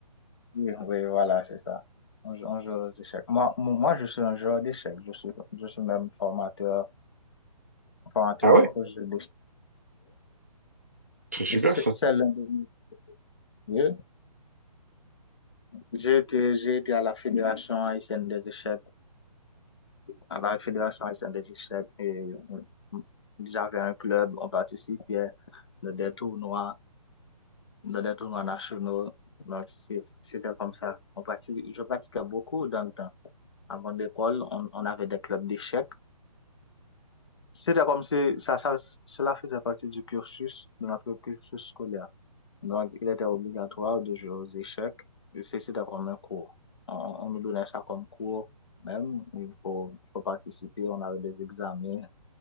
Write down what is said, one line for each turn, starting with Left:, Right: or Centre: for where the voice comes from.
Left: Oui, oui, voilà, c'est ça. On joue, on joue aux échecs. Moi, mo- moi, je suis un joueur d'échecs. Je suis, je suis même formateur, formateur
Right: Ah ouais,
Left: aux jeux d'échecs.
Right: c'est super
Left: Et c'est
Right: ça.
Left: c'est l'un de mes métiers. J'ai été, j'ai été à la Fédération haïtienne des échecs. À la Fédération haïtienne des échecs. Et euh, j'avais un club, on participait à des tournois. dans des tournois nationaux. Donc, c'est- c'était comme ça. On pratique, je pratiquais beaucoup dans le temps. Avant l'école, on, on avait des clubs d'échecs. C'était comme si ça, ça, cela faisait partie du cursus, de notre cursus scolaire. Donc, il était obligatoire de jouer aux échecs. Et c'est- C'était comme un cours. On, on nous donnait ça comme cours. Même, il faut, faut participer, on avait des examens.